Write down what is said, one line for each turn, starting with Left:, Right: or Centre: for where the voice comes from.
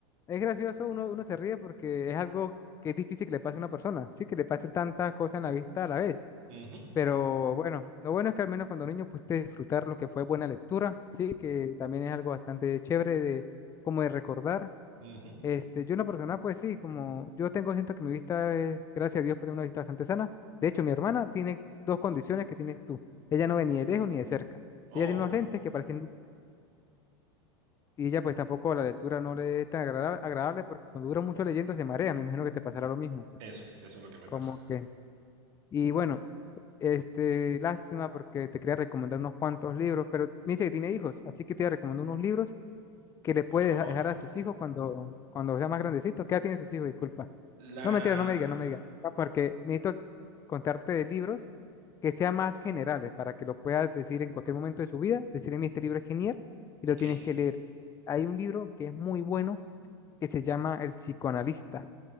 Left: es gracioso, uno, uno se ríe porque es algo que es difícil que le pase a una persona, sí, que le pase tantas cosas en la vista a la vez.
Right: Ujú.
Left: Pero bueno, lo bueno es que al menos cuando niño pudiste disfrutar lo que fue buena lectura, sí, que también es algo bastante chévere de, como de recordar.
Right: Ujú.
Left: Este, yo una persona, pues sí, como yo tengo, siento que mi vista es, gracias a Dios, pues tengo una vista bastante sana. De hecho, mi hermana tiene dos condiciones que tienes tú. Ella no ve ni de lejos ni de cerca.
Right: Oh,
Left: Ella tiene unos lentes que parecen Y ella pues tampoco la lectura no le es tan agrada- agradable porque cuando dura mucho leyendo se marea, me imagino que te pasará lo mismo.
Right: eso, eso es lo que me
Left: Como
Right: pasa.
Left: que, y bueno, este, lástima porque te quería recomendar unos cuantos libros, pero me dice que tiene hijos, así que te recomiendo unos libros que le puedes
Right: Por favor.
Left: deja- dejar a tus hijos cuando, cuando sea más grandecitos. ¿Qué edad tienen sus hijos? Disculpa.
Right: La...
Left: No, mentira, no me digas, no me digas, porque necesito contarte de libros que sean más generales para que lo puedas decir en cualquier momento de su vida, decirle, mi este libro es genial y
Right: Ok,
Left: lo tienes que leer. Hay un libro que es muy bueno que se llama El psicoanalista.